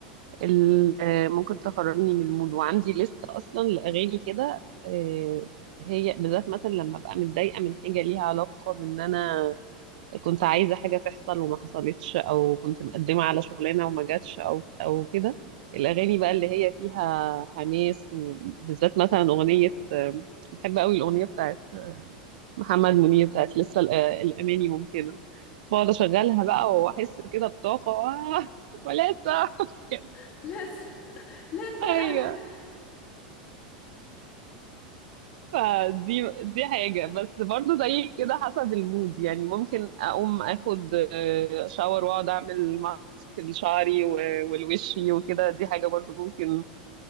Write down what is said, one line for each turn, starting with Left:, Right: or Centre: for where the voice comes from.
Right: ال- آه، ممكن تخرجني من المود وعندي لستة أصلا لأغاني كده آه، هي بالذات مثلا لما أبقى متضايقة من حاجة ليها علاقة بإن أنا كنت عايزة حاجة تحصل وما حصلتش أو كنت مقدمة على شغلانة وما جاتش أو أو كده الأغاني بقى اللي هي فيها حماس وبالذات مثلا أغنية آه، بحب قوي الأغنية بتاعت محمد منير بتاعت لسه الأ- الأماني ممكنة بقعد أشغلها بقى وأحس كده بطاقة آه، <laughs> ولسه <laughs>
Left: <laughs> لسه لسه
Right: ايوه
Left: الان
Right: فدي دي حاجة بس برضو زي كده حسب المود يعني ممكن أقوم أخد آه، شاور وأقعد أعمل ماسك لشعري و- والوشي وكده دي حاجة برضو ممكن